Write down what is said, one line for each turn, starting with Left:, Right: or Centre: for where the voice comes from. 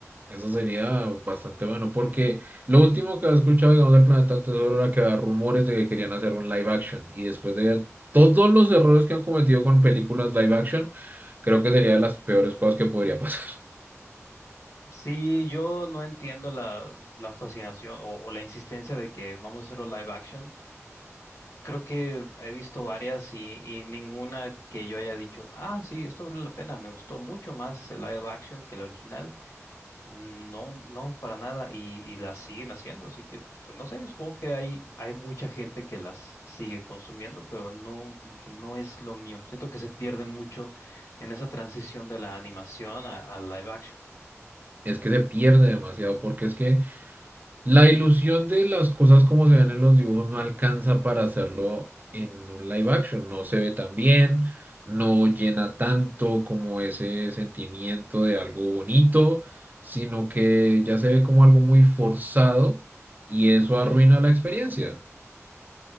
Right: Eso sería bastante bueno, porque lo último que he escuchado, digamos, del Planeta del Tesoro era que había rumores de que querían hacer un live action. Y después de ver todos los errores que han cometido con películas live action, creo que sería de las peores cosas que podría pasar. <laughs>
Left: Sí, yo no entiendo la, la fascinación o, o la insistencia de que vamos a hacerlo live action. Creo que he visto varias y, y ninguna que yo haya dicho, ah, sí, esto vale la pena, me gustó mucho más el live action que el original. No, no, para nada, y, y las siguen haciendo, así que, pues no sé, supongo que hay, hay mucha gente que las sigue consumiendo, pero no, como que no es lo mío. Siento que se pierde mucho en esa transición de la animación a, al live action.
Right: Es que se pierde demasiado, porque es que La ilusión de las cosas como se ven en los dibujos no alcanza para hacerlo en un live action. No se ve tan bien, no llena tanto como ese sentimiento de algo bonito, sino que ya se ve como algo muy forzado y eso arruina la experiencia.